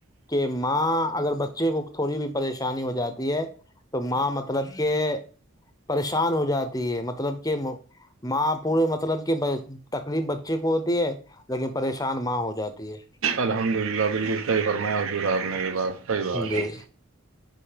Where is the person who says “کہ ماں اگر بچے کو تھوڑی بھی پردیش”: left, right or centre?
Left